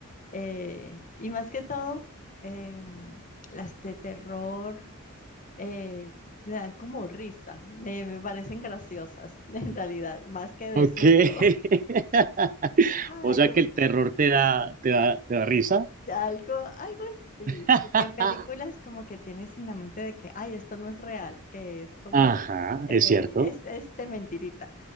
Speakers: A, on the left; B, on the right.
A: Eh, y más que todo, em, las de terror eh, me dan como risa. Me, me parecen graciosas, <laughs> en realidad, más que de
B: Ok.
A: susto.
B: <laughs>
A: <laughs> Ay,
B: O sea
A: yo
B: que el terror te da, te da, te da risa.
A: Algo, algo así,
B: <laughs>
A: porque en películas como que tienes en la mente de que, ay, esto no es real, que es como,
B: Ajá,
A: eh,
B: es cierto.
A: es, es de mentirita.